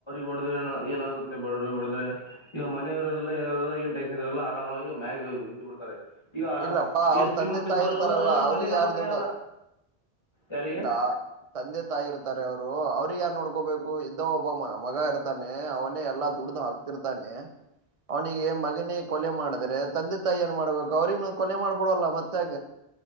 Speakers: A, on the left (about 25°); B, on the right (about 35°).
A: ಹೊಡದ್ರೆ ಏನಾಗುತ್ತೆ ಬಡ ಹೊಡದ್ರೆ ಈಗ ಮನೆ ಇರೋದಿಲ್ಲ ಏನ ಇರೋದಿಲ್ಲ ಏನ್ ಟೈಸನ್ ಇಲ್ಲ ಆರಾಮಾಗಿ್ಯಾಗಿ ಇದ್ದಬ ಬಿಡ್ತಾರೆ ಈಗ
B: ಇಲ್ಲಪ್ಪಾ
A: ಈಗ
B: ಅವ್ರ
A: ಶ್ರೀಮಂತ
B: ತಂದೆ ತಾಯಿ
A: ಇದ್ದರು
B: ಇರ್ತಾರಲ್ಲ
A: ಎಲ್ಲಾರ
B: ಅವ್ರಿಗೆ
A: ಮನೆ ಇರುತ್ತೆ
B: ಯಾರ್ ದುಡ್ಡು
A: ಎಲ್ಲ ಯಾರಿಗೆ
B: ಇಲ್ಲ ತಂದೆ ತಾಯಿ ಇರ್ತಾರೆ ಅವ್ರು ಅವ್ರಿಗೆ ಯನ್ ನೋಡ್ಕೋಬೇಕು ಇದ್ದೋ ಒಬ್ಬ ಮಗ ಇರ್ತಾನೆ ಅವನೇ ಎಲ್ಲಾ ದುಡ್ದ ಹಾಕ್ತ ರ್ತಾನೆ ಅವನಿಗೆ ಮಗನಿಗೆ ಕೊಲೆ ಮಾಡಿದ್ರೆ ತಂದೆ ತಾಯಿ ಏನ್ ಮಾಡ್ಬೇಕು ಗ ಅವ್ರಿಗೆ ಕೊಲೆ ಮಾಡ್ಬಿಡಲ್ಲ ಮತ್ತೆ